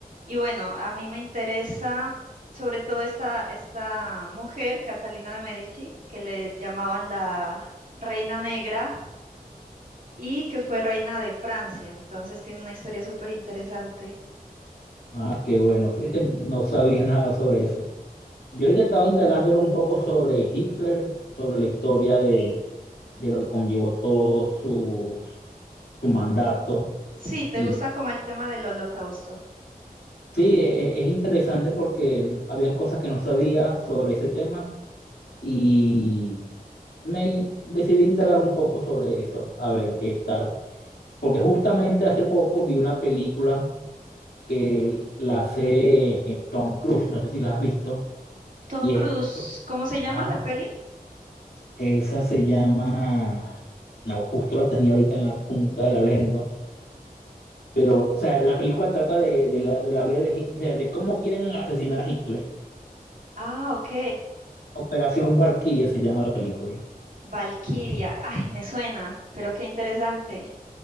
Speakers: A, on the right; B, on the left.
A: Y bueno, a mí me interesa sobre todo esta, esta mujer, Catalina de Medici, que le llamaban la Reina Negra y que fue reina de Francia. Entonces tiene una historia súper interesante.
B: Ah, qué bueno. Fíjate, no sabía <laughs> nada sobre eso. Yo ahorita estaba indagando era un poco sobre Hitler, sobre la historia de, de lo que conllevó todo su, su mandato.
A: Sí, ¿te
B: Y
A: gusta como el tema del holocausto?
B: sí, e- e- es, interesante porque habían cosas que no sabía sobre ese tema y me decidí indagar un poco sobre eso, a ver qué tal. Porque justamente hace poco vi una película que la hace Tom Cruise, no sé si la has visto,
A: Tom
B: y
A: Cruise,
B: es,
A: ¿cómo se llama
B: ajá,
A: la peli?
B: esa se llama, no, justo la tenía ahorita en la punta de la lengua, pero, o sea, la película trata de, de la, de la vida de Hitler, o sea, de cómo quieren asesinar a Hitler.
A: Ah, ok.
B: Operación Valkyria se llama la película.
A: Valkyria. Ay, me suena, pero qué interesante.